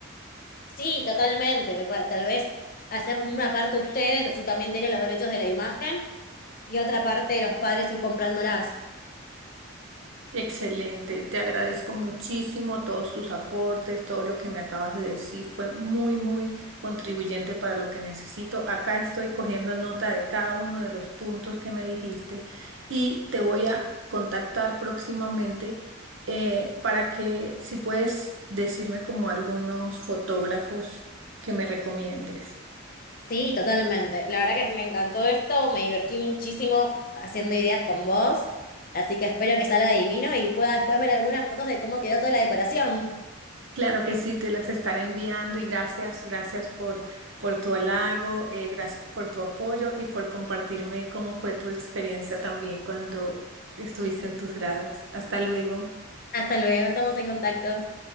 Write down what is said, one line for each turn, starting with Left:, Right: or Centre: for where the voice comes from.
Left: Sí, totalmente. Pa- Tal vez hacer una parte ustedes, así también tienen los derechos de la imagen, y otra parte de los padres ir comprándolas.
Right: Excelente, te agradezco muchísimo todos tus aportes, todo lo que me acabas de decir fue muy, muy contribuyente para lo que necesito. Acá estoy cogiendo nota de cada uno de los puntos que me dijiste y te voy a contactar próximamente eh, para que si puedes decirme como algunos fotógrafos que me recomiendes.
Left: Sí, totalmente. La verdad que me encantó esto, me divertí muchísimo haciendo ideas con vos, así que espero que salga divino y pueda después ver algunas fotos de cómo quedó toda la decoración.
Right: Claro que sí, te las estaré enviando y gracias, gracias por, por tu halago, eh, gracias por tu apoyo y por compartirme cómo fue tu experiencia también cuando estuviste en tus grados. Hasta luego.
Left: Hasta luego, estamos en contacto.